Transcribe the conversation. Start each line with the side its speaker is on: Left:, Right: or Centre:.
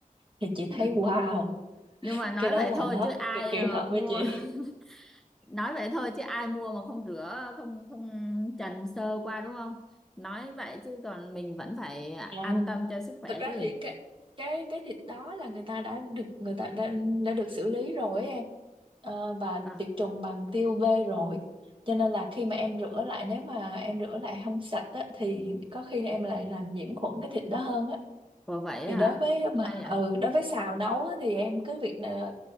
Right: thì chị
Centre: Ừ.
Right: thấy wow
Centre: nhưng mà nói
Right: cái đó
Centre: vậy
Right: là
Centre: thôi
Right: nó
Centre: chứ ai
Right: cực kỳ
Centre: mà
Right: hợp với
Centre: mua
Right: chị
Centre: <laughs> nói vậy thôi chứ ai mua mà không rửa không không trần sơ qua đúng không nói vậy chứ còn mình vẫn phải
Right: làm
Centre: an tâm cho sức khỏe
Right: thật ra
Centre: chứ
Right: thì cái cái cái thịt đó là người ta đã được người ta đã, đã được xử lý rồi ấy em Ờ, và
Centre: vâng
Right: tiệt trùng bằng tiêu vê rồi cho nên là khi mà em rửa lại nếu mà em rửa lại không sạch á, thì có khi em lại làm nhiễm khuẩn cái thịt đó hơn á
Centre: Ủa vậy
Right: thì
Centre: hả
Right: đối với mà
Centre: hay à
Right: ừ, đối với xào nấu á, thì em cứ việc là